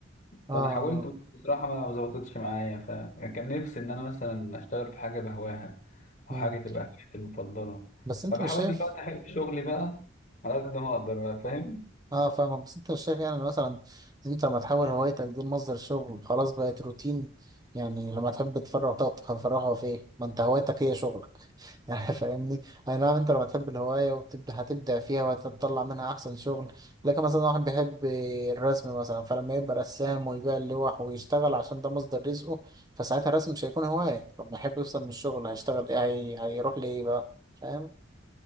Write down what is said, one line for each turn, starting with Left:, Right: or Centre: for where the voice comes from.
Right: آه.
Left: فانا حاولت بس بصراحة ما ما ظبطتش معايا فكان نفسي ان انا مثلا اشتغل في حاجة بهواها
Right: مم.
Left: او حاجة تبقى هوايتي المفضلة
Right: بس انت
Left: فبحاول
Right: مش شايف
Left: دلوقتي احب شغلي بقى على قد ما اقدر بقى فاهم
Right: اه فاهمك بس انت مش شايف يعني إن مثلا انت لما تحول هوايتك دي لمصدر شغل خلاص بقت روتين يعني لما تحب تفرغ طاقتك هتفرغها في ايه؟ ما انت هوايتك هي شغلك <laughs> يعني فاهمني؟ اي نعم انت لما تحب الهواية وتبدأ هتبدع فيها وهتطلع منها احسن شغل لكن مثلا واحد بيحب الرسم مثلا فلما يبقى رسام ويبيع اللوح ويشتغل عشان ده مصدر رزقه فساعتها الرسم مش هيكون هواية لما يحب يفصل من الشغل هيشتغل ايه هي... هيروح لإيه بقى؟ فاهم؟